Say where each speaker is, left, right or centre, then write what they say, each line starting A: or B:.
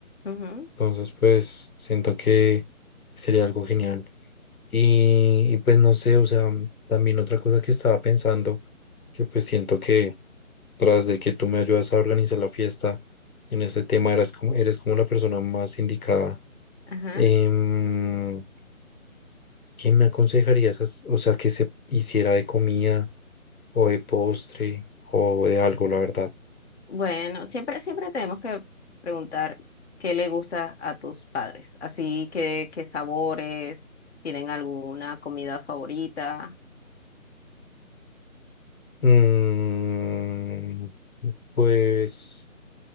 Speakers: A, on the left; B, on the left.
A: Ujú,
B: Entonces, pues siento que sería algo genial. Y, y pues no sé, o sea, también otra cosa que estaba pensando, que pues siento que tras de que tú me ayudas a organizar la fiesta en este tema, eras como, eres como la persona más indicada.
A: Ajá.
B: Em, ¿Qué me aconsejarías, as- o sea, que se hiciera de comida o de postre o de algo, la verdad?
A: Bueno, siempre, siempre tenemos que preguntar qué le gusta a tus padres, así que qué sabores, tienen alguna comida favorita,
B: Mm, pues,